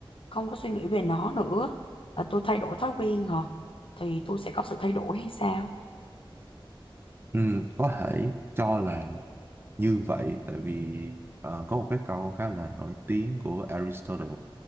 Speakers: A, on the left (about 70°); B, on the right (about 25°).
A: không có suy nghĩ về nó nữa à, tôi thay đổi thói quen hả thì tôi sẽ có sự thay đổi hay sao
B: ừ, có thể cho là như vậy tại vì ờ, có một cái câu khá là nổi tiếng của Aristotle